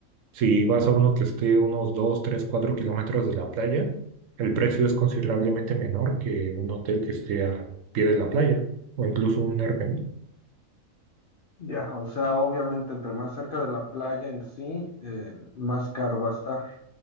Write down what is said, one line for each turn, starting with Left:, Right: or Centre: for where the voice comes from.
Right: Si vas a uno que esté unos 2, 3, 4 kilómetros de la playa, el precio es considerablemente menor que un hotel que esté a pie de la playa o incluso un Airbnb.
Left: Ya, o sea, obviamente entre más cerca de la playa en sí, eh, más caro va a estar.